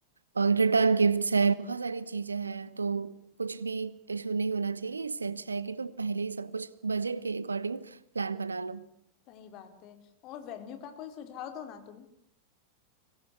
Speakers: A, on the right; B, on the left.
A: और रिटर्न गिफ्ट्स है बहुत सारी चीजें हैं तो कुछ भी इशू नहीं होना चाहिए इससे अच्छा है कि तुम पहले ही सब कुछ बजट के अकॉर्डिंग प्लान बना लो
B: सही बात है और वेन्यू का कोई सुझाव दो ना तुम